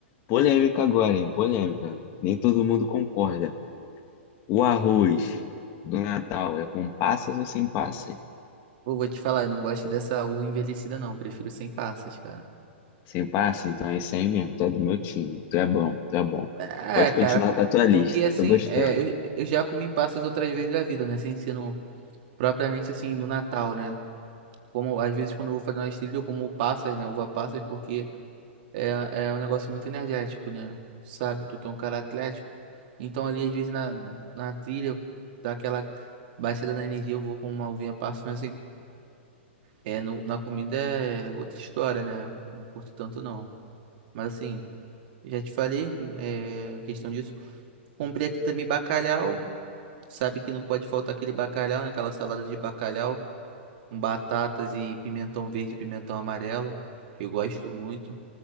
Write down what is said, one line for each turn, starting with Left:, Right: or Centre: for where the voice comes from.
Left: polêmica agora, hein? Polêmica. Nem todo mundo concorda. O arroz do Natal é com passas ou sem passas?
Right: Pô, vou te falar, eu não gosto dessa uva envelhecida não, prefiro sem passas, cara.
Left: Sem passas, então é isso aí mesmo. Tu é do meu time. Tu é bom, tu é bom.
Right: É,
Left: Pode
Right: cara,
Left: continuar
Right: po-
Left: com a tua lista.
Right: porque assim,
Left: Tô gostando.
Right: é, eu, eu já comi passas outras vezes da vida, né? Sem ser no, propriamente assim no Natal, né? Como às vezes quando eu vou fazer uma trilha, eu como passas, né? Uva passas, porque É, é um negócio muito energético, né? Sabe, tu que é um cara atlético. Então ali, às vezes, na, na trilha, dá aquela baixada na energia, eu vou com uma uvinha passa, mas assim, é, no, na comida é outra história, né? Não curto tanto, não. Mas assim, já te falei, é, questão disso. Comprei aqui também bacalhau. Sabe que não pode faltar aquele bacalhau, naquela salada de bacalhau, com batatas e pimentão verde e pimentão amarelo, que eu gosto muito.